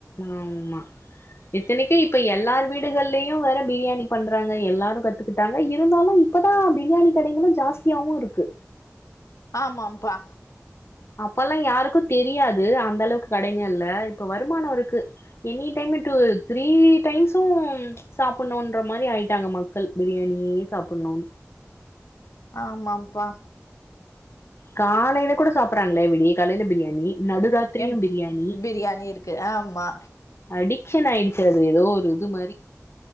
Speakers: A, on the left; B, on the left.
A: ஆம்மா இத்தனைக்கு இப்ப எல்லாரு வீடுகள்லையு வேற பிரியாணி பண்றாங்க எல்லாரு கத்துக்கிட்டாங்க இருந்தாலும் இப்பதா பிரியாணி கடைகளு ஜாஸ்தியாவு இருக்கு
B: ஆமாம்ப்பா
A: அப்பல்லா யாருக்கு தெரியாது அந்த அளவுக்கு கடைங்க இல்ல வருமானோ இருக்கு எனி டைமுட்டு த்ரீ டைம்சும் சாப்பணும்ன்ற மாரி ஆ ஆயிட்டாங்க மக்கள் பிரியாணியே சாப்பணு
B: ஆமாம்ப்பா
A: காலையில கூட சாப்பறாங்களே விடிய காலையில பிரியாணி நடுராத்திரியு
B: எம்
A: பிரியாணி
B: பிரியாணி இருக்கு ஆமா
A: அடிக் டிஷன் ஆயிடுத்து அது ஏதோ ஒரு இது மாரி